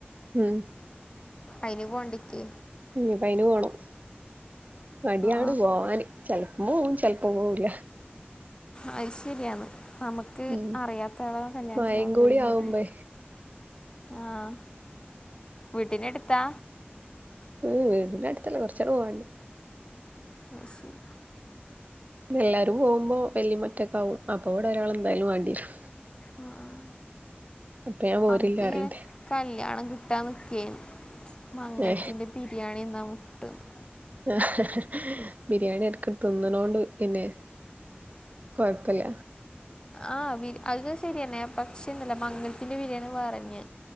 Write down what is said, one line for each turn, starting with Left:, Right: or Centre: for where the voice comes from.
Right: ഉം.
Left: അയിനി പോണ്ടിക്ക്
Right: ഉം പ അയിന് പോണം. മടിയാണ്
Left: ആ
Right: പോവാന്. ചൽപ്പോ പോവും ചൽപ്പോ പോവൂല്ല
Left: അഐ ശരിയാണ് നമക്ക് ക്ക്
Right: ഉം
Left: അറിയാത്ത ആളോ കല്യാണത്തിനൊവുമ്പരു
Right: മഴയും കൂടി
Left: മടിയ
Right: ആവുമ്പേ
Left: ആഹ്. വീട്ടിനടുത്താ
Right: ഉം വീടിന്റ അടുത്തല്ല കുറച്ചാടി പോകണ്ടി
Left: ആ ശരി
Right: എല്ലാരും പോവുമ്പോ വല്ലിമ്മ ഒറ്റക്കാവും അപ്പ ഇവിടെ ഒരാൾ എന്തായാലും വാണ്ടിയേരും
Left: അഹ് ആഹ് ആഹ്
Right: അപ്പൊ ഞാൻ പോരില്ല
Left: അൻക്കിങ്ങനെ
Right: പറയണ്ട്
Left: കല്ല്യാണം കിട്ടാൻ നിക്കുവേനി മംഗലത്തിൻ്റെ
Right: ഏ
Left: ബിരിയാണിന്നാ മുട്ടുന്ന്
Right: ആഹ് ബിരിയാണി എടക്ക് തിന്ന്ണോണ്ട് പിന്നെ കൊഴ്പ്പല്ല
Left: ആഹ് ബിരി അത് ശരിയന്നെ പക്ഷേണ്ടല്ലോ മംഗല്ത്തിന്റെ ബിരിയാണി വേറെന്നെ.